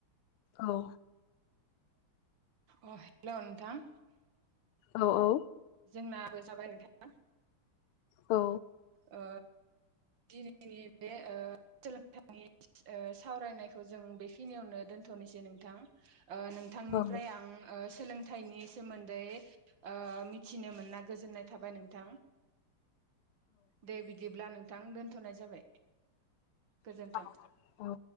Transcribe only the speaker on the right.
अ हेल' नोंथां।
जोंनाबो जाबाय नोनथां।
ओ दिनैनि बे ओ सोलोंथाइनि ओ सावरायनायखौ जों बेखिनियावनो दोनथ'नोसै नोंथां। ओ‌ नोंथांनिफ्राय
आं ओ‌ सोलों थाइनि सोमोन्दै ओ मिथिनो मोना गोजोननाय थाबाय नोंथां। दे बिदिब्ला नोंथां दोनथ'नाय जाबाय। गोजोन्थों।